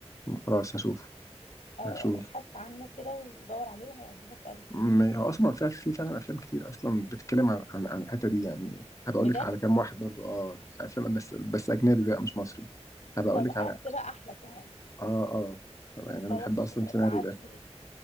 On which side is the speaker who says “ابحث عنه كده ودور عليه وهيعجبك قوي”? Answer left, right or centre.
Left